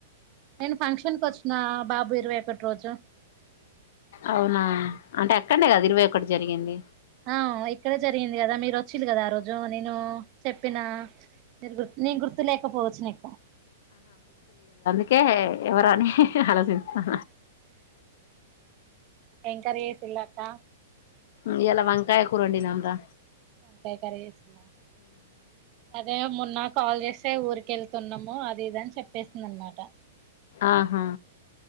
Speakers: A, on the right; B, on the left.
A: నేను ఫంక్షన్ కు వచ్చిన బాబు ఇరవై ఒకటి రోజు
B: అవునా అంటే అక్కడే కదా ఇరవై ఒకటి జరిగింది
A: ఆ ఇక్కడే జరిగింది కదా మీరు వచ్చిన్రు కదా ఆ రోజు నేను చెప్పిన నేను గుర్తు గుర్తులేక పోవచ్చు నీకు
B: ఒకే ఎవరా అని ఆలోచిస్తున్న
A: ఏం కర్రీ చేసిన్లు అక్క
B: ఇయ్యాల వంకాయ కూర వండినం రా
A: వంకాయ కర్రీ చేసిన్రా అదే మొన్న కాల్ చేస్తే ఊరికి వెళ్తున్నాము అది ఇదని చెప్పేసింది అనమాట
B: ఆహా